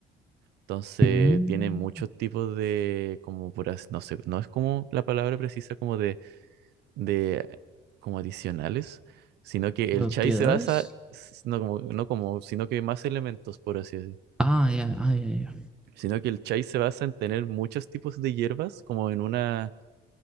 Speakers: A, on the right (about 80°); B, in the centre.
A: Entonces
B: Mm,
A: tiene muchos tipos de, como por así, no sé, no es como la palabra precisa como de, de como adicionales, sino que
B: Propiedades.
A: el chai se basa, s- no como, no como, sino que más elementos, por así decir.
B: Ah, ya, ah, ya, ya.
A: Sino que el chai se basa en tener muchos tipos de hierbas, como en una